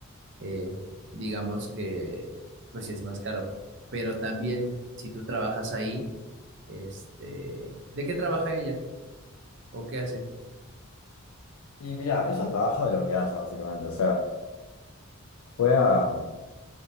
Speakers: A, on the right; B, on the left.
A: eh, digamos que pues sí es más caro. Pero también si tú trabajas ahí, este, ¿de qué trabaja ella? ¿O qué hace?
B: Y mira, ella trabaja de lo que haya, básicamente. O sea, fue a...